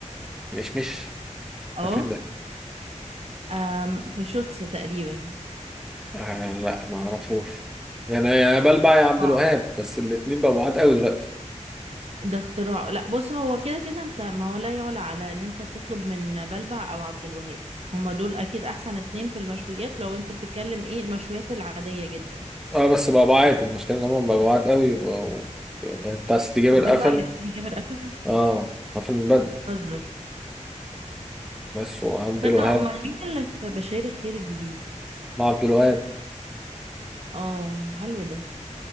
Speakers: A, in the centre; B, on the right.
A: مش مش
B: اه
A: ده فين ده؟
B: آم، في شوتس تقريبا
A: آه لا ما أعرفوش يعني يا بلبع يا عبد
B: اه
A: الوهاب بس الاتنين بقوا بعاد قوي دلوقتي
B: ده اختراع لا بص هو كده كده انت ما هو لا يعلى على ان انت تطلب من بلبع او عبد الوهاب هما دول اكيد احسن اتنين في المشويات لو انت بتتكلم ايه المشويات العادية جدا
A: اه بس بقوا بعاد المشكلة إن هما بقوا بعاد قوي بقوا يعني بتاع ستي جابر
B: بلبع
A: قفل
B: اللي في سيدي جابر قفل
A: اه قفل من بدري
B: بتهزر
A: بس وعبد
B: استنى
A: الوهاب
B: امال مين اللي في بشير الخير الجديد
A: مع عبد الوهاب
B: اه حلو ده